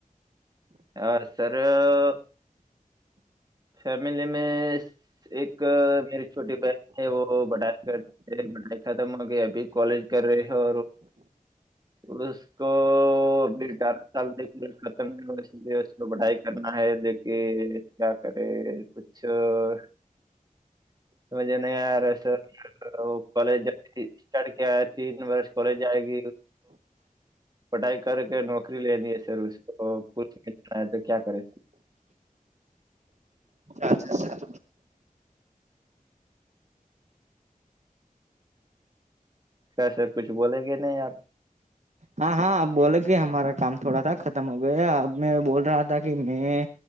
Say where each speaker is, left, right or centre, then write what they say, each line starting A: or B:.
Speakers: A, on the right; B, on the right.
A: હ સર- ફેમલી મે એક મેરી છોટી બહેન હ ખાતમ હો કે અભી કોલેજ કર ર હો ઉસકો <unintelligible> <unintelligible> <inaudible> કોલેજ સ્ટાર્ટ તીન વર્ષ કોલેજ આયગ પઢાઈ કર કે નોકરી લેની છે સર પૂછ તો ક્યા કરે?
B: અચ્છા સરા
A: કયા કુછ બોલેગે નહીં આપ?
B: હા હા અ બોલે ગે હમાારા કામ થોડા થા ખતમ હો ગયા અ મેં બોલ રહા કે મેં